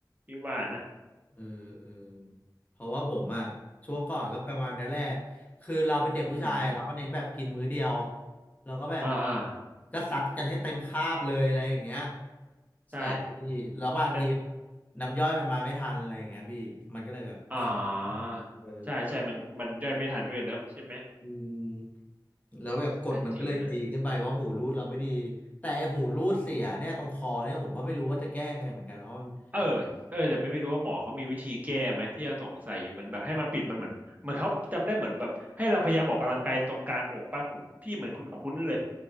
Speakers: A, on the right (about 20°); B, on the left (about 20°).
A: พี่ว่านะ
B: เออเออเพราะว่าผมอะช่วงก่อนก็ประมาณนี้แหละคือเราเป็นเด็กผู้ชายเราก็เน้นแบบกินมื้อเดียว
A: อืม
B: เราก็แบบ
A: อ่าอ่า
B: ก็ซัดกันให้เต็มคาบเลยอะไรอย่างเงี้ย
A: ใช่
B: ใช่แล้วบางที
A: แต่
B: น้ำย่อยมันมาไม่ทันอะไรอย่างเงี้ยพี่มันก็เลยแบบขัง
A: อ่า
B: เออ
A: ใช่ ใช่มันมันย่อยไม่ทันด้วยเนอะใช่ไหม
B: อืมแล้วแบบกดมันก็เลยตีขึ้นไปเพราะหูรูดเราไม่ดี
A: ก็จริงนะ
B: แต่ไอ้หูรูดเสียเนี่ยตรงคอเนี่ยผมก็ไม่รู้ว่าจะแก้ไงเหมือนกันเพราะมัน
A: เออเออแต่ไม่ไม่รู้ว่าหมอเขามีวิธีแก้ไหม พี่ยังสงสัยอยู่มันแบบให้มันปิดมันเหมือนเหมือนเขาจำได้เหมือนแบบให้เราพยายามออกกำลังกายตรงกลางอกป่ะผมพี่เหมือนคุ้นๆเลย